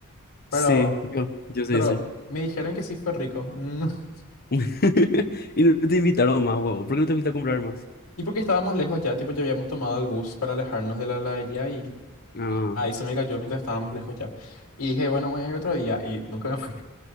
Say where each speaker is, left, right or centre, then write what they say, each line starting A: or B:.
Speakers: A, on the left (about 75°); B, on the left (about 45°).
A: Pero,
B: Sí, yo, yo sé
A: pero
B: ese.
A: me dijeron que sí fue rico. Mm. <laughs>
B: <laughs> Y no te invitaron más, wow. ¿Por qué no te fuiste a comprar más?
A: Y porque estábamos lejos ya, tipo, ya habíamos tomado el bus para alejarnos de la heladería y
B: Ah,
A: ahí se me cayó mientras estábamos lejos ya. Y dije, bueno, voy a ir otro día. Y nunca me fui.